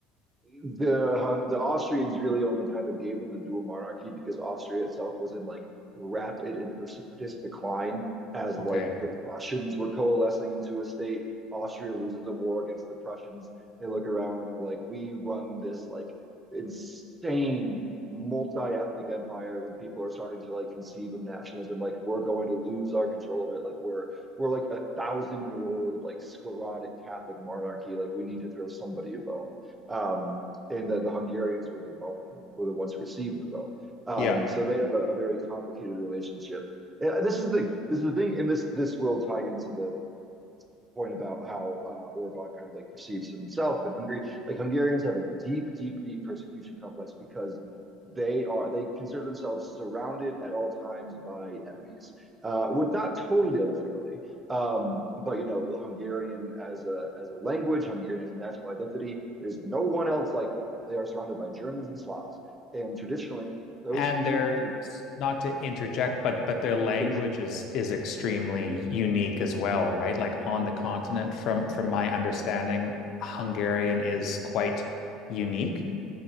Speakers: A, on the right; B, on the left.
A: the Hung, the Austrians really only kind of gave them the dual monarchy because Austria itself was in like rapid and precipitous decline as
B: okay.
A: like the Prussians were coalescing into a state. Austria loses a war against the Prussians. They look around and they're like, we run this like insane multi-ethnic empire when people are starting to like conceive of nationalism like we're going to lose our control of it like we're we're like a thousand year old like sclerotic catholic monarchy like we need to throw somebody a bone um, and the, the Hungarians were the bone were the ones who received the bone. Um,
B: Yeah.
A: so they have a, a very complicated relationship. Uh, This is the this is the thing, and this this will tie into the point about how uh, Orban kind of like perceives himself in Hungary. Like Hungarians have a deep, deep, deep persecution complex because they are they consider themselves surrounded at all times by enemies. Uh, would not totally unfairly, um, but you know, Hungarian as a as a language, Hungarian as a national identity, there's no one else like them. They are surrounded by Germans and Slavs, and traditionally those
B: And
A: two
B: their,
A: groups of people.
B: not to interject, but but their
A: No,
B: language
A: please.
B: is is extremely unique as well, right? Like on the continent, from from my understanding, Hungarian is quite unique.